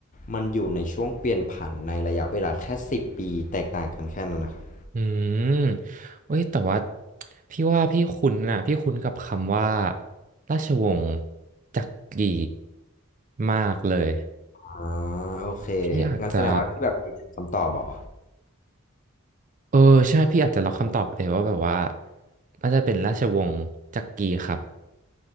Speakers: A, on the left; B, on the right.
A: มันอยู่ในช่วงเปลี่ยนผันในระยะเวลาแค่สิบปีแตกต่างกันแค่นั้นนะครับ
B: อืมเว้ยแต่ว่าพี่ว่าพี่คุ้นน่ะพี่คุ้นกับคำว่าราชวงศ์จักรีมากเลย
A: อ่าโอเค
B: พี่อาจจะ
A: งั้นแสดงว่าที่แบบมีคำตอบเหรอ
B: เออใช่พี่อาจจะล็อกคำตอบเลยว่าแบบว่าน่าจะเป็นราชวงศ์จักรีครับ